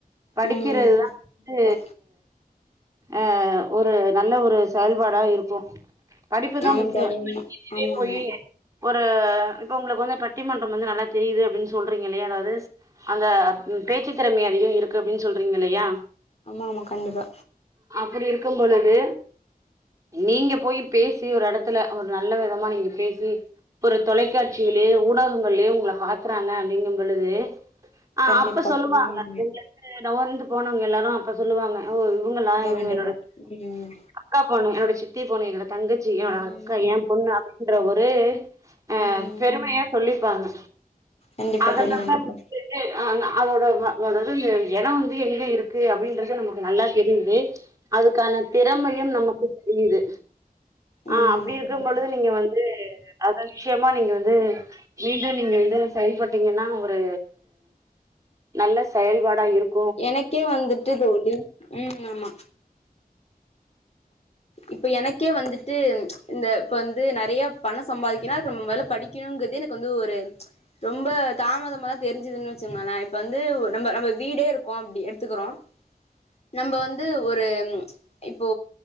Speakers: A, on the right (about 20°); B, on the left (about 45°).
A: படிக்கெறதுதா
B: ம்
A: <inaudible>
B: கண்டிப்பா
A: ந்து அ ஒரு நல்ல ஒரு செயல்பாடா இருக்கும் படிப்புதா
B: ஆமா
A: முக்கியோ
B: தோழி
A: <inaudible>
B: ஆமா
A: வே போயி
B: ஆமா
A: எ ஒரு இப்ப உங்களுக்கு வந்து பட்டிமன்றம் வந்து நல்லா தெரியுது அப்டின்னு சொல்றீங்கெல்லையா அதாவது அந்த ம் பேச்சு திறமை அதிகம் இருக்கு அப்டின்னு சொல்றீங்கெல்லையா
B: ஆமா ஆமா கண்டிப்பா
A: அப்படி இருக்கும் பொழுது நீங்க போய் பேசி ஒரு எடத்துல ஒரு நல்ல விதமா நீங்க பேசி ஒரு தொலைக்காட்சியிலேயே ஊடகங்கள்லயே உங்கள பாக்குறாங்க அப்படிங்கும் பொழுது ஆ
B: கண்டிப்பா
A: அப்ப சொல்லுவாங்க
B: ம்
A: இங்க இருந்து டவல்ந்து போனவங்க எல்லாரோ அப்ப சொல்லுவாங்க ஓ இவுங்கல்லா
B: கண்டிப்பா
A: இவுங்க
B: கண்டிப்பா
A: என்னோட ச
B: ம்
A: அக்கா பொன்னு என்னோட ச தீ போலே என்னுடன் தங்கச்சி என்னோட
B: ம்
A: அக்கா என் பொண்ணு அப்டீன்ற ஒரு அதே
B: ம்
A: அ பெருமையா சொல்லிப்பாங்க
B: கண்டிப்பா
A: அதனால
B: தோழி
A: <unintelligible>
B: கண்டிப்பா
A: அதோட <unintelligible> எடோ வந்து எங்க இருக்கு அப்படின்றது நமக்கு நல்லா தெரியுது அதுக்கான திறமையும் நமக்கு இது ஆ
B: ஆமா
A: அப்டி
B: ஆமா
A: இருக்கும்
B: கண்டிப்பா
A: பொழுது நீங்க வந்து அத விஷயமா நீங்க வந்து மீண்டும் நீங்க வந்து செயல்பட்டீங்கன்னா ஒரு நல்ல செயல்பாடா இருக்
B: எனக்கே வந்துட்டு தோழி ம் ஆமா இப்ப எனக்கே வந்துட்டு இந்த இப்ப வந்து நறைய பணோ சம்பாதிக்கனோ அதுக்கு நம்ம முதல்லே படிக்கணுங்கறது எனக்கு வந்து ஒரு ரொம்ப தாமதமா தெரிஞ்சுதுன்னு வச்சுகோங்கள வந்து நம் நம்ம வீடே இருக்கோ அப்படி எடுத்துக்கிறோம் நம்ம வந்து ஒரு இப்போ